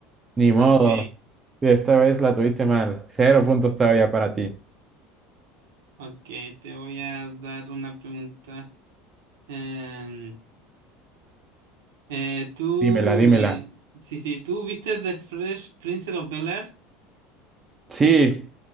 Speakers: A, on the right; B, on the right.
A: ni modo.
B: ok,
A: Sí, esta vez la tuviste mal. Cero puntos todavía para ti.
B: ok, te voy a dar una pregunta. Em, eh, tú,
A: Dímela, dímela.
B: eh, sí, sí, tú viste The Fresh Prince of Bel-Air.
A: Sí,